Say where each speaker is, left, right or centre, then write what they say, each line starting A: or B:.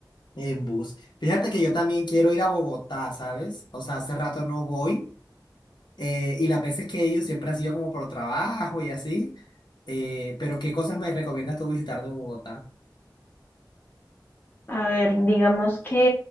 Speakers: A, on the left; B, on the left.
A: en bus. Fíjate que yo también quiero ir a Bogotá, ¿sabes? O sea, hace rato no voy. eh, y las veces que he ido siempre ha sido como por trabajo y así. eh, pero ¿qué cosas me recomiendas tú visitar de Bogotá?
B: A ver, digamos que